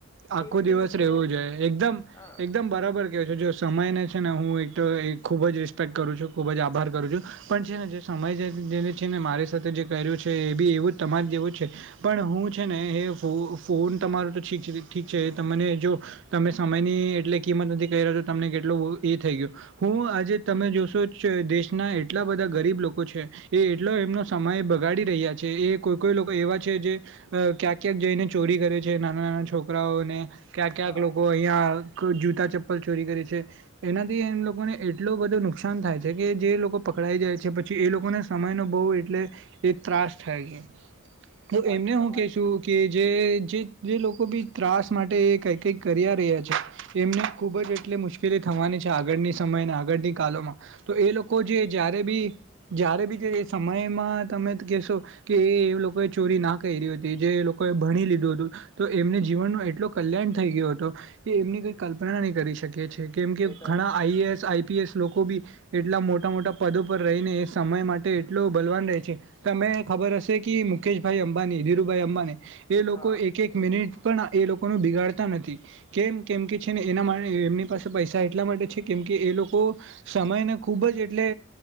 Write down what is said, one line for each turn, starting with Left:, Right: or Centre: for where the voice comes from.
Right: આખું
Left: કેવી રીતે
Right: દિવસ
Left: યુઝ
Right: રહેવું
Left: કરો
Right: જોય એકદમ
Left: હા
Right: એકદમ બરાબર કેય છે જો સમય ને ને હું એક તો ખુબ જ રિસ્પેક્ટ કરું છું ખુબ જ આભાર કરું છું પણ છે ને જે સમય જેને છે મારી સાથે જે કર્યું છે એ બી એવું તમારે જેવું છે પણ હું છે ને ફોન તમ મારું તો ઠીક છે ઠીક છે એ તને જો તમે સમયની એટલે કિંમત નથી કર્યા તો તમને કેટલો એ થઈ ગયો હું હું આજે તમે જોશો દેશના એટલા બધા ગરીબ લોકો છે એ એટલો એમનો સમય બગાડ રહ્યા છે એ કોઈ કોઈ લોકો એવા છે જે ક્યાંક ક્યાંક જઈને ચોરી કરે છે નાના નાના છોક રાઓને ક્યાં ક્યાંક
Left: હા
Right: લોકો અહિયાં જૂતા ચપ્પલ ચોરી કરે છે એનાથી એમ લોકોને એટલો બધો નુકસાન થાય છે કે જે લોકો પકડાય જાય છે પછી એ લોકોને સમય ન બહ એટલે એ ત્રાસ થાય છે તો
Left: વાત
Right: એમને હું
Left: તમારી
Right: કેશું કે જે જે લોકો બી ત્રાસ માટે એ કઈ કઈ કર્યા રહ્યા છે એમને ખૂબ જ એટલે મુશ્કેલ થવાની છે આગળની સમય આગળની કાલમાં તો એ લોકો જે જયારે બી જય્યારે બી એ સમયમાં તમે કેહેશો કે એ એ લોકોએ ચોરી ના કરી હતી જે ભણી લીધું હતું તો એમને જીવનનો એટલો કલ્યાણ થઈ ગયો હતો કે એમની કંઈ કલ્પના નહીં કરી શકીએ છે છે કેમ કે
Left: એ તો
Right: ઘણા આઈએએસ આઈ પીએસ લોકો બી એટલા મોટા મોટા પદો પર રહીને એ સમય માટે એટલો બલવાન રહે છે તમે ખબર હશે કે મુકેશભાઈ અંબાની ધીરુભાઈ અંબાણી એ લોકો
Left: હા
Right: એક એક મિનિટ પણ એ લોકોનું બિગાડતા નથી કેમ કેમ કે છે ને એના માટે એમની પાસે પૈસા એટલા માટે છે કેમ કે એ લોકો સમયને ખુબ જ એટલે